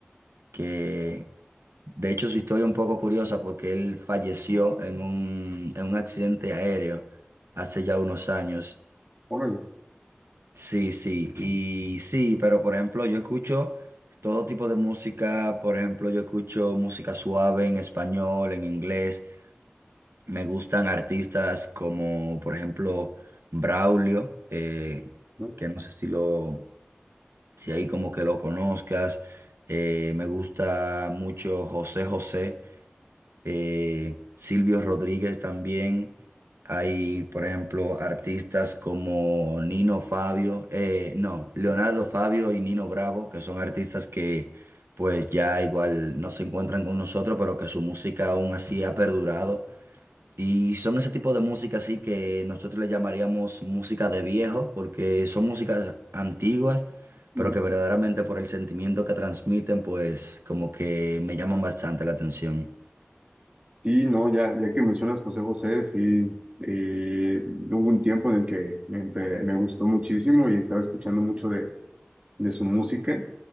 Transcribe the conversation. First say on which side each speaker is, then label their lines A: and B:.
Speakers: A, on the right; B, on the right.
A: que de hecho su historia es un poco curiosa porque él falleció en un, en un accidente aéreo hace ya unos años.
B: órale,
A: Sí, sí, y sí, pero por ejemplo yo escucho todo tipo de música, por ejemplo yo escucho música suave en español, en inglés. Me gustan artistas como, por ejemplo, Braulio, eh,
B: ¿no?
A: que no sé si lo, si ahí como que lo conozcas. Eh, me gusta mucho José José, eh, Silvio Rodríguez también. Hay, por ejemplo, artistas como Nino Fabio, eh, no, Leonardo Fabio y Nino Bravo, que son artistas que pues ya igual no se encuentran con nosotros, pero que su música aún así ha perdurado. Y son ese tipo de música así que nosotros le llamaríamos música de viejo, porque son músicas antiguas,
B: Ujú.
A: pero que verdaderamente por el sentimiento que transmiten, pues como que me llaman bastante la atención.
B: Sí, no, ya, ya que mencionas José José, sí, eh, hubo un tiempo en el que me, empe- me gustó muchísimo y estaba escuchando mucho de, de su música.